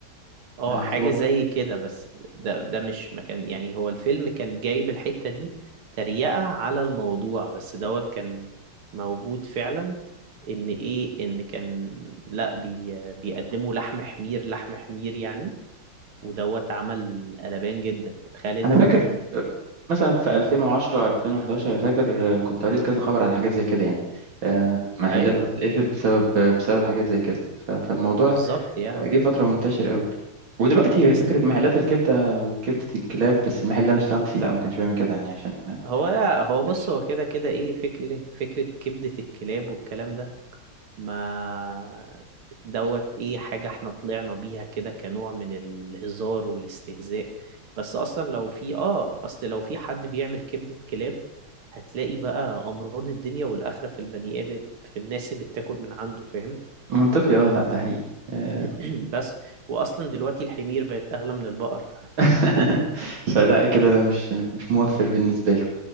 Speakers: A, on the right (about 80°); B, on the right (about 65°).
A: اه
B: ده
A: حاجة
B: حوار
A: زي كده بس ده ده مش مكان يعني هو الفيلم كان جايب الحتة دي تريقة على الموضوع بس دوت كان موجود فعلا ان ايه ان كان لا بي بيقدموا لحم حمير لحم حمير يعني ودوت عمل قلبان جدا تخيل انت
B: انا فاكر
A: تكون
B: مثلا في
A: مم.
B: 2010 2011 انا فاكر كنت قريت كذا خبر عن حاجات زي كده يعني آه، محلات
A: ايوه
B: بتتقفل بسبب بسبب حاجات زي كده ف- فالموضوع
A: بالظبط يعني
B: جه فترة منتشر قوي ودلوقتي
A: بس
B: فكرة محلات الكبدة وكبدة الكلاب بس المحل اللي أنا اشتغلت فيه لا ما كانش بيعمل كده يعني عشان ما
A: هو هو
B: بلاش
A: بص هو كده كده ايه فكرة فكرة كبدة الكلاب والكلام ده ما دوت ايه حاجة احنا طلعنا بيها كده كنوع من الهزار والاستهزاء بس اصلا لو في اه اصل لو في حد بيعمل كبدة كلاب هتلاقي بقى امراض الدنيا والاخرة في البني ادم في الناس اللي بتاكل من عنده فاهم
B: منطقي اه لا ده حقيقي آه.
A: <clears throat> بس واصلا دلوقتي الحمير بقت اغلى من البقر
B: <laughs>
A: <laughs>
B: فلا كده مش مش موفر بالنسبة له